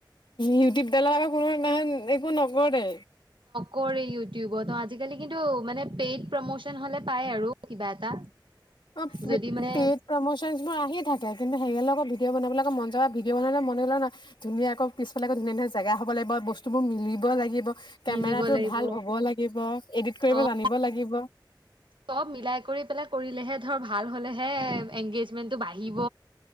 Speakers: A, on the left; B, on the right.
A: ইউটিউব দালা বা কোনো দিনাখন একো নকৰে
B: কৰে ইউটিউবত অ আজিকালি কিন্তু মানে পেইড প্ৰমচন হলে পায় আৰু কিবা এটা
A: অঁ প্ৰে।
B: যদি মানে
A: পেড প্ৰমোচন বোৰ আহি থাকে কিন্তু সেৰিয় লগত ভিডিঅ বনাবলৈ আক মন যাব ভিডিঅ বনালে মনে লানা ধুনীয়া আকৌ পিছালেক ধুনীয়া ধনীয়া জেগা হব লাগিব বস্তু বোৰ মিলিব লাগিব কেমেৰাটো
B: মিলিব লাগিব
A: ভাল হ'ব লাগিব এডিট
B: অ'
A: কৰিব জানিব লাগিব
B: চব মিলাই কৰি পেলাই কৰিলেহে ধৰ ভাল হ'লে হে এংগেজ টো বাঢ়িব